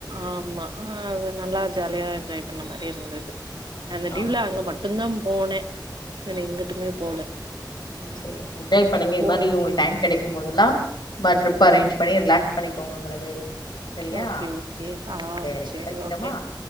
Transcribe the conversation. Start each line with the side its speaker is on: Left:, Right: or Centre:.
Right: ஆமா அது நல்லா ஜாலியா என்ஜாய் பண்ண மாரி இருந்தது அந்த
Left: ஆ
Right: லீவ்ல
Left: ஓகே.
Right: அங்க மட் டுந்தா போனே வேற எங்குட்டுமே போல ம்
Left: செரி என்ஜாய் பண்ணுங்க இது
Right: போ
Left: மாரி உங்களுக்கு டைம் கெடக்கும் போதெல்லா இதுமாரி ட்ரிப்
Right: ம்
Left: அரேஞ்ச் பண்ணி ரிலாக் பண்ணிக்கோங்க உங்களவே சரியா?
Right: ஓகே ஓகே ஆ
Left: சரி.
Right: சேரி
Left: வைக்கட்டுமா?
Right: ஓகே